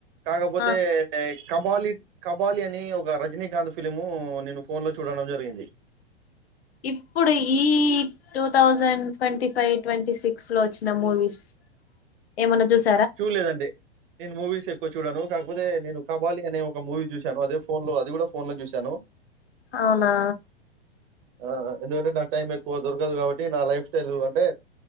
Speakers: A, on the right (about 55°); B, on the left (about 70°).
A: కాకపోతే
B: ఆ
A: క బాలి కబాలి అని ఒక రజీనీకాంత్ ఫిలీము నేను ఫోన్ లో చూడడం జరిగింది
B: ఇప్పుడు ఈ two thousand twenty five twenty six లో ఓచ్చిన మూవీస్ ఏమన్న జుస్
A: చూడ్ లేదండి నేను మూవీస్ ఎక్కు చూడను కాకపోతే నేను కబాలి అనే ఒక మూవీ జుశాను అదే ఫోన్ లో అది గూడ ఫోన్ లో జుశాను
B: ఔనా
A: ఆ ఆ ఎందుకంటే నాక్ టైం ఎక్కువ దొరకదు కాబట్టి నా లైఫ్ స్టైల్ అంటే